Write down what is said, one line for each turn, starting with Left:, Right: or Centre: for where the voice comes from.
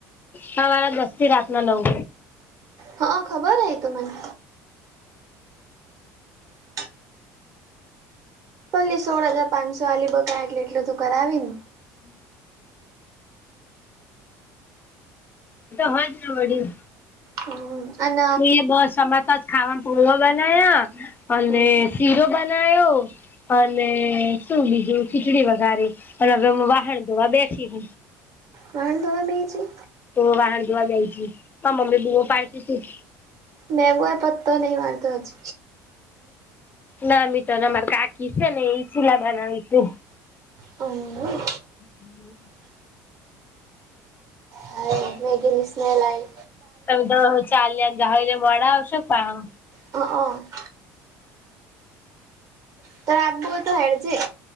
Left: હવારે દસ થી રાત ના નવ
Right: હા ખબર એતો મને હમ ભલે સોળ હજાર પાંચસો વાાલી બકા એટલે એટલું તું કરાવી ને
Left: હમ તો હજ ને વડી
Right: હમ્મ અન
Left: મે બસ અમરતા જ ખાવા પૌવા બનાયા અને
Right: હમ
Left: શીરો બનાયો અને શું બીજું ખીચડી વઘારી અને હવે વાહણ ધોવા બેસી
Right: વાહણ ધોવા બેહી જે
Left: તો વાહણ ધોવા બેહી ગેય મા મમ્મી બુમો પાડતી
Right: મેંવું એ પત્તો ની વાંધો છે.
Left: નામ તોને માર કાકી છે ને એ ચીલા બનાવે છે.
Right: હમ્મ.
Left: હમ્મ.
Right: હા મેગીની સ્મેલ આઈ
Left: તમે તો ચાલ્યા <unintelligible> મોડા આવશે પણ
Right: હ હ <unintelligible> તો હેડજે